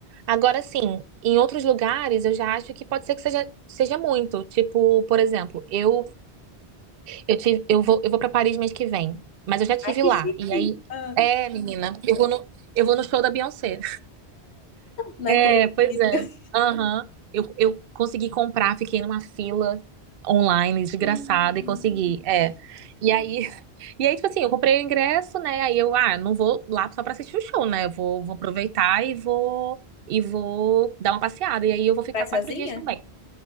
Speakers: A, on the right; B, on the left.
A: Agora, sim, em outros lugares eu já acho que pode ser que seja, seja muito. Tipo, por exemplo, eu eu tive, eu vou, eu vou para Paris mês que vem, mas eu já tive
B: Ai, que
A: lá.
B: chique!
A: E aí,
B: Ah,
A: é, menina, eu vou no, eu vou no show da Beyoncé.
B: não
A: É,
B: acredito.
A: pois é. Aham. Eu, eu consegui comprar, fiquei numa fila online, desgraçada,
B: Hum.
A: e consegui. É. E aí, <laughs> e aí, tipo assim, eu comprei o ingresso, né? Aí eu, ah, não vou lá só pra assistir o show, né? Eu vou, vou aproveitar e vou, e vou dar uma passeada. E aí eu vou ficar
B: Vai sozinha?
A: quatro dias também.